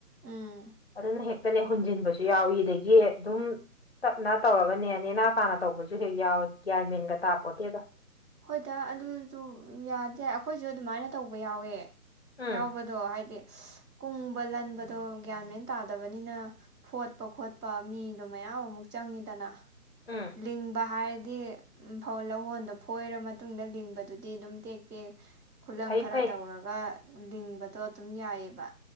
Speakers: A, on the right (about 85°); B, on the left (about 45°).
A: ꯎꯝ
B: ꯑꯗꯨꯅ ꯍꯦꯛ ꯈꯛꯇꯅꯦ ꯍꯨꯟꯖꯤꯟꯕꯁꯨ ꯌꯥꯎꯏꯤ ꯑꯗꯒꯤ ꯑꯗꯨꯝ ꯆꯞꯅ ꯇꯧꯔꯒꯅꯦ ꯅꯦꯅꯥ ꯇꯥꯅ ꯇꯧꯕꯁꯨ ꯍꯦꯛ ꯌꯥꯎꯋꯤ ꯒ꯭ꯌꯥꯟ ꯃꯤꯡꯒ ꯇꯥꯕꯄꯣꯠꯇ‌ꯦꯗ
A: ꯍꯣꯏꯗ ꯑꯗꯨꯁꯨ ꯌꯥꯗꯦ ꯑꯩꯈꯣꯏꯁꯨ ꯑꯗꯨꯃꯥꯏꯅ ꯇꯧꯕ ꯌꯥꯎꯋꯦ
B: ꯎꯝ
A: ꯌꯥꯎꯕꯗꯣ ꯍꯥꯏ ꯍꯥꯏꯗꯤ ꯀꯨꯡꯕ ꯂꯟꯕꯗꯣ ꯒ꯭ꯌꯥꯟ ꯃꯦꯟ ꯇꯥꯗꯕꯅꯤꯅ ꯐꯣꯠꯄ ꯈꯣꯠꯄ ꯃꯤꯗꯣ ꯃꯌꯥꯝ ꯑꯃꯨꯛ ꯆꯪꯉꯤꯗꯅ
B: ꯎꯝ
A: ꯂꯤꯡꯕ ꯍꯥꯏꯔꯗꯤ ꯎꯝ ꯐꯧ ꯂꯧꯍꯣꯟꯗ‌ꯣ ꯐꯣꯏꯔ ꯃꯇꯨꯡꯗ ꯂꯤꯡꯕꯗꯨꯗꯤ ꯑꯗꯨꯝ ꯇꯦꯛ ꯇꯦꯛ ꯈꯨꯂꯪ
B: ꯐꯩ
A: ꯈꯔ
B: ꯐꯩ
A: ꯇꯧꯔꯒ ꯂꯤꯡꯕꯗꯣ ꯑꯗꯨꯝ ꯌꯥꯏꯑ‌ꯦꯕ